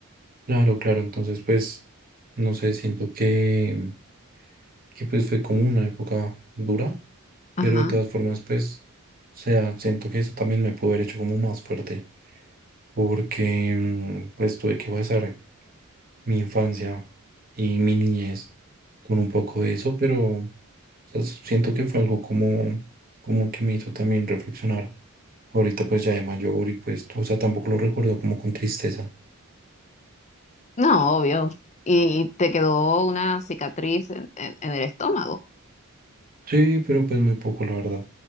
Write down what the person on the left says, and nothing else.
Ajá.
No, obvio. Y te quedó una cicatriz en, en- en el estómago.